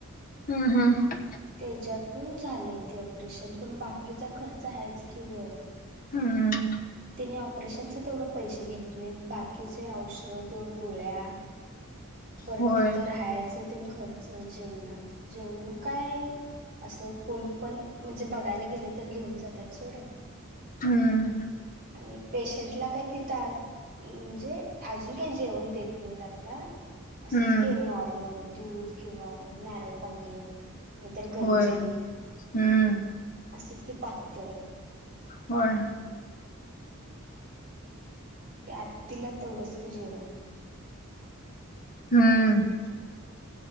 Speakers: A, on the left (about 40°); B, on the right (about 40°).
A: हम्म हम्म.
B: त्याच्यातून झालंय ते ऑपरेशन पण बाकीचा खर्च आहेच की गं...
A: हम्म
B: तिने ऑपरेशनच तेवढ पैसे घेत. बाकीचे औषध गोळ्या परतं
A: होय
B: तिथं राहायचे. खर्च जेवणाच जेवण काय... असं कोण पण... म्हणजे बघायला गेलं तर घेऊन जातात सोड.
A: हम्म
B: आणि पेशंटला काय तिथं- म्हणजे अजून काही जेवण देत नाही आता असंच
A: हम्म
B: की नॉर्मल- मग दूध किंवा नारळ पाणी. नाहीतर गंजी
A: होय हम्म
B: असंच की पातळ
A: होय.
B: ते आतीला तेवढंच की जेवण.
A: हम्म..